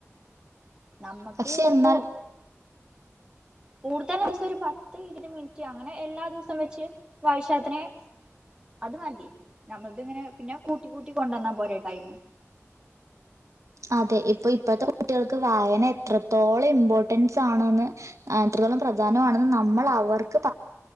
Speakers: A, on the right (about 15°); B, on the right (about 80°).
A: നമ്മക്ക്
B: പക്ഷെ
A: ഇപ്പൊ
B: എന്നാൽ
A: കൂടുതൽ ദിവസം ഒരു പത്ത് ഇരുത് മിനിറ്റ് അങ്ങനെ എല്ലാ ദിവസവും വെച്ച് വായിച്ചാത്തന്നെ അത് മതി നമ്മളത് ഇങ്ങനെ പിന്നെ കൂട്ടി കൂട്ടി കൊണ്ടുവന്നാ പോരെ ടൈം. <inaudible>
B: അതെ ഇപ്പൊ ഇപ്പോഴത്തെ കുട്ടികൾക്ക് വായന എത്രത്തോളം ഇമ്പോർട്ടൻസ് ആണെന്ന് ആ തൃ പ്രധാനമാണെന്ന് നമ്മള് അവർക്ക്